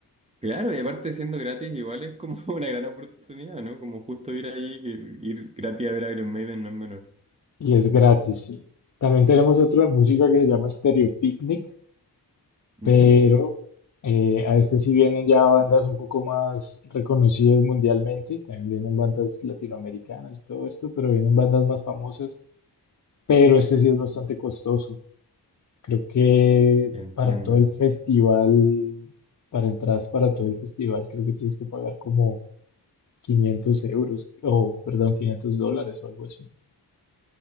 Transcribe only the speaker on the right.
Claro, y aparte siendo gratis, igual es como <laughs> una gran oportunidad, ¿no? Como justo ir ahí, que ir gratis a ver Iron Maiden no es menor.
Ujú,
Entiendo.